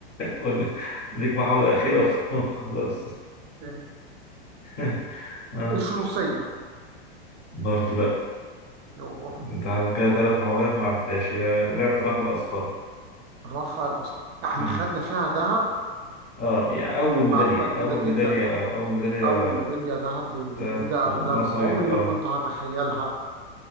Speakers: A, on the left; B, on the right.
A: ولا ليك محاولة أخيرة <laughs> خلاص
B: إيه.
A: <laughs> آه.
B: الفروسية
A: برضه لا
B: يوه
A: انت كده ثلاث محاولات ما عرفتهاش هي لعبة رفع الأثقال
B: رفع الأصل احنا
A: مم.
B: خدنا فيها ذهب
A: اه يعني أول
B: دي
A: ميدالية
B: معلومة جديدة
A: أول
B: جدا
A: ميدالية آه. أول ميدالية
B: أول ميدالية ذهب دي, دي
A: ده
B: جديدة
A: مصري
B: أو لا مك- عمري
A: اه
B: ما كنت هتخيلها